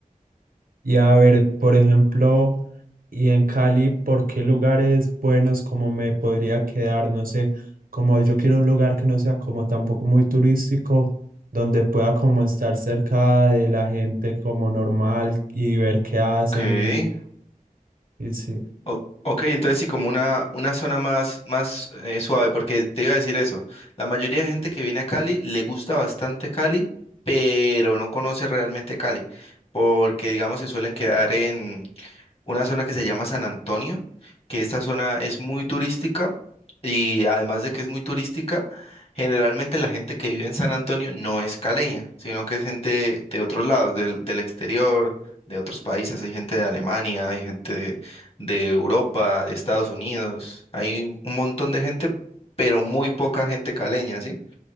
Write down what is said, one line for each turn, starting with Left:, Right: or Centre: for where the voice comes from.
Right: Y a ver, por ejemplo... Y en Cali, ¿por qué lugares buenos como me podría quedar? No sé, como yo quiero un lugar que no sea como tampoco muy turístico, donde pueda como estar cerca de la gente como normal y ver qué hacen
Left: Okay,
Right: y, y sí,
Left: o- ok, entonces sí, como una, una zona más, más eh, suave, porque te iba a decir eso, la mayoría de gente que viene a Cali le gusta bastante Cali, pero no conoce realmente Cali, porque digamos se suelen quedar en una zona que se llama San Antonio, que esta zona es muy turística y además de que es muy turística, generalmente la gente que vive en San Antonio no es caleña, sino que es gente de otros lados, del, del exterior, de otros países. Hay gente de Alemania, hay gente de, de Europa, de Estados Unidos, hay un montón de gente, pero muy poca gente caleña, ¿sí?